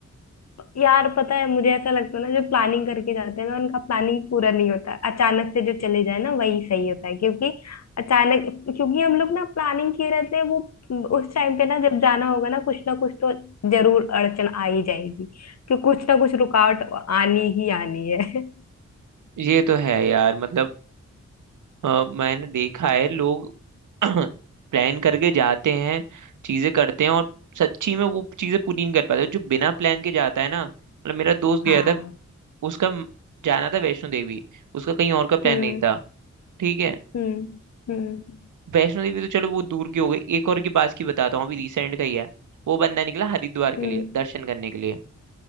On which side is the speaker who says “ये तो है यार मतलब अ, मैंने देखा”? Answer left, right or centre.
Right